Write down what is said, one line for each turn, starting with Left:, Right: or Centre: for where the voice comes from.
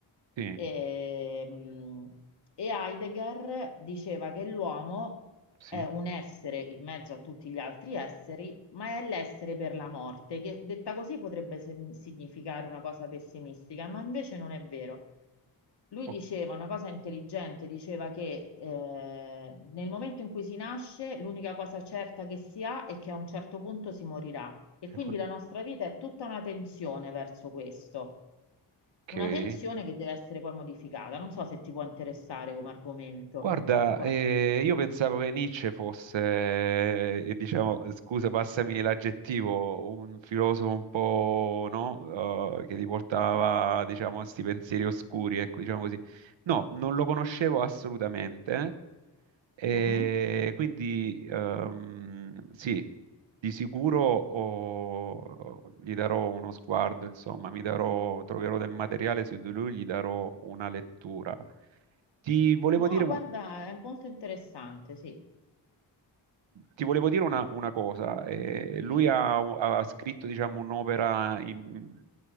Right: sì,
Left: Ehm, E, Heidegger diceva che l'uomo
Right: sì.
Left: è un essere in mezzo a tutti gli altri esseri, ma è l'essere per la morte, che detta così potrebbe sem- significare una cosa pessimistica, ma invece non è vero. Lui
Right: Ok.
Left: diceva una cosa intelligente, diceva che eh, nel momento in cui si nasce, l'unica cosa certa che si ha è che a un certo punto si morirà. E quindi
Right: pure-
Left: la nostra vita è tutta una tensione verso questo.
Right: ok.
Left: Una tensione che deve essere poi modificata. Non so se ti può interessare come argomento.
Right: Guarda,
Left: o
Right: eh,
Left: è-
Right: io pensavo che Nietzsche fosse, eh, diciamo, scusa, passami l'aggettivo, un filosofo un po', no? Eh, che ti portava, diciamo, a sti pensieri oscuri, ecco, diciamo così. No, non lo conoscevo assolutamente, eh,
Left: Mhm.
Right: e quindi ehm, sì, di sicuro oh, gli darò uno sguardo, insomma, mi darò, troverò del materiale su di lui, gli darò una lettura. Ti volevo
Left: No,
Right: dire un-
Left: guarda, è molto interessante, sì.
Right: ti volevo dire una, una cosa. eh, lui
Left: Dimmi.
Right: ha, ha scritto, diciamo, un'opera. in-